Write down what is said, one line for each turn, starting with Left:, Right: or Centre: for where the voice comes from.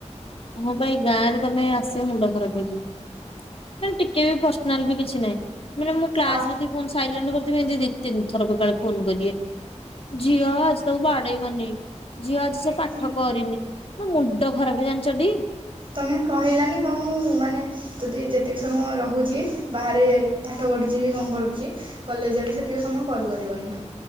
Left: ହଁ ବା ଏଇ ଗାଁ ରେ ତମେ ଆସି ମୁଣ୍ଡ ଖରାପ ହେଇଯିବ। ମାନେ ଟିକେ ବି ପର୍ସନାଲ ବି କିଛି ନାହିଁ ମାନେ ମୁଁ କ୍ଲାସ୍
Right: ଆ
Left: ରେ ଥିବି ଫୋନ୍ ସାଇଲେଣ୍ଟ କରିଥିବି ଏମତି ଦି ନି ଥର ବୋକାଳେ ଫୋନ କରିବେ। ଝିଅ ଆଜି ତାକୁ ବାଡେଇ ବନି। ଝିଅ ଆଜି ସେ
Right: ଏହେ
Left: ପାଠ କରିନି ମୋ ମୁଣ୍ଡ ଖରାପ ଜାଣିଛଟି।
Right: ତମେ କହିଲାନି କ ମୁଁ ମାନେ ଯଦି ଯେତିକି ସମୟ ରହୁଛି ବାହାରେ ପାଠ ପଢ଼ୁଛି କି କଣ କରୁଛି। କଲେଜ ଯାଉଛି ସେତିକି ସମୟ କଲ୍ କରିବନି